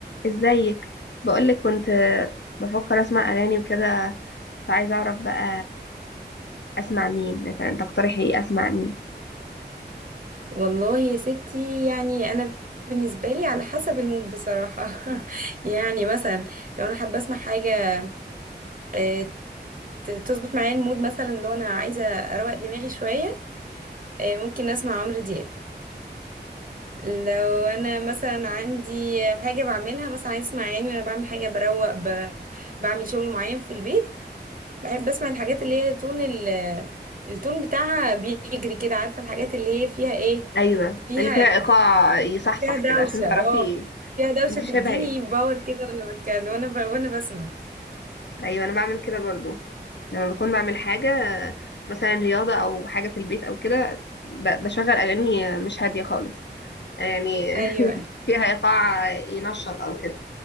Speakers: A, on the left; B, on the right.
A: ازيك بقولك كنت بفكر اسمع اغاني وكده فعايزه اعرف بقى اسمع مين مثلا تقترحي ايه اسمع مين
B: والله يا ستي يعني انا بالنسبه لي على حسب المود بصراحه <laughs> يعني مثلا لو انا حابه اسمع حاجه آه، ت- تظبط معايا المود مثلا لو انا عايزه اروق دماغي شويه آه، ممكن اسمع عمرو دياب لو انا مثلا عندي حاجه بعملها مثلا عايز اسمع اغاني وانا بعمل حاجه بروق ب... بعمل شغل معين في البيت بحب اسمع الحاجات اللي هي تون ال... التون بتاعها بيجري كده عارفه الحاجات اللي هي فيها ايه
A: ايوه
B: فيها
A: اللي فيها ايقاع يصحصح
B: فيها دوشة
A: كده عشان تعرفي
B: اه فيها دوشة
A: انت شبه
B: تديني
A: ايه
B: باور كده وانا بتكلم وانا ب... وانا بسمع
A: ايوه انا بعمل كده برضو لما بكون بعمل حاجه مثلا رياضه او حاجه في البيت او كده ب- بشغل اغاني مش هاديه خالص يعني
B: ايوه
A: <laughs> فيها ايقاع ينشط او كده